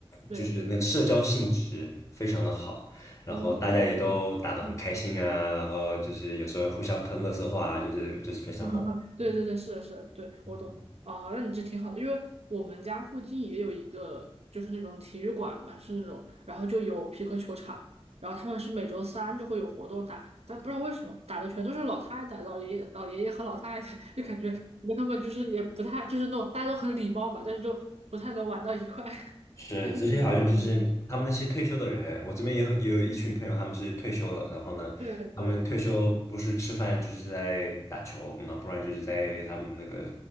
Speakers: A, on the right; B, on the left.
A: 对，
B: 就是那个社交性质非常的好，然后大家也都打得很开心啊，
A: 哦，是吗？嗯，
B: 然后就是有时候互相喷乐色话啊，就是就是非常好玩。
A: <laughs>
B: 对，
A: 对对对，是的，是的，对，
B: 嗯嗯
A: 我懂。啊，那你这挺好的，因为我们家附近也有一个，就是那种体育馆吧，是那种，然后就有皮克球场，然后他们是每周三就会有活动打，但不知道为什么打的全都是老太太、老爷爷、老爷爷和老太太，就感觉跟他们就是也不太，就是那种大家都很礼貌吧，但是就不太能玩到一块，<laughs>
B: 是，
A: 但是也挺
B: 这些好像就是他们那些退休的人，我这边也很也有一群朋友，他们是退休了，然后呢，
A: 对对。
B: 他们退休不是吃饭就是在打球，那不然就是在他们那个